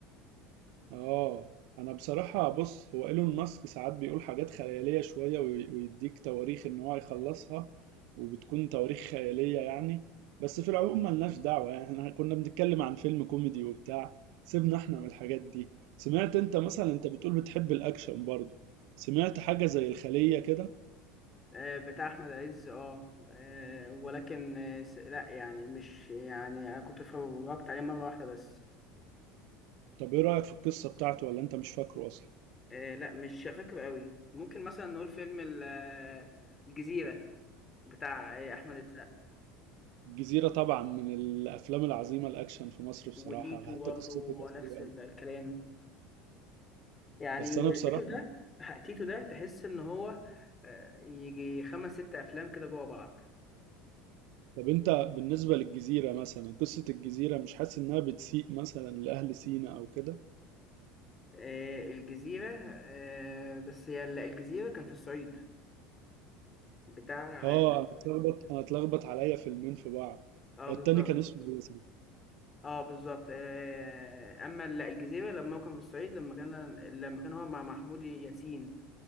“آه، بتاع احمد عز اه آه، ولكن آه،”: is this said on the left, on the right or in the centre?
Left